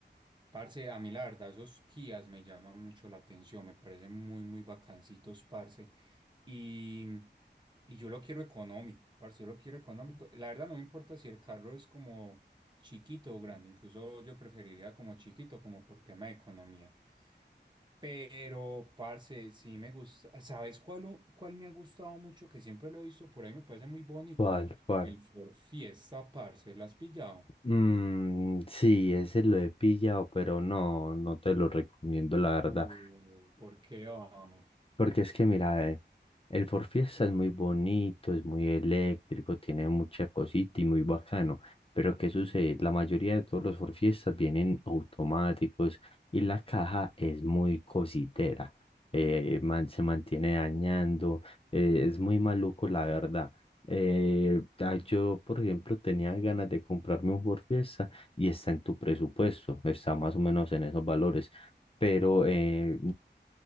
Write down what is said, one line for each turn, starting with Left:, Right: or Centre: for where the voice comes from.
Right: Parce, a mí la verdad, esos Kias me llaman mucho la atención, me parecen muy, muy bacancitos, parce. Y, y yo lo quiero económico, parce, yo lo quiero económico. La verdad, no me importa si el carro es como chiquito o grande, incluso yo preferiría como chiquito, como por tema de economía. Pero, parce, sí me gusta. ¿Sabes cuál, u- cuál me ha gustado mucho? Que siempre lo he visto por ahí, me parece muy bonito.
Left: ¿Cuál, cuál?
Right: El Ford Fiesta, parce, ¿lo has pillado?
Left: Mm, sí, ese lo he pillado, pero no, no te lo recomiendo, la verdad.
Right: Uh, ¿por qué, hombre?
Left: Porque es que mira, eh, el For Fiesta es muy bonito, es muy eléctrico, tiene mucha cosita y muy bacano. Pero ¿qué sucede? La mayoría de todos los For Fiestas vienen automáticos y la caja es muy cositera. eh, man- se mantiene dañando, eh, es muy maluco la verdad. Eh, ah, yo, por ejemplo, tenía ganas de comprarme un For Fiesta y está en tu presupuesto, está más o menos en esos valores pero eh,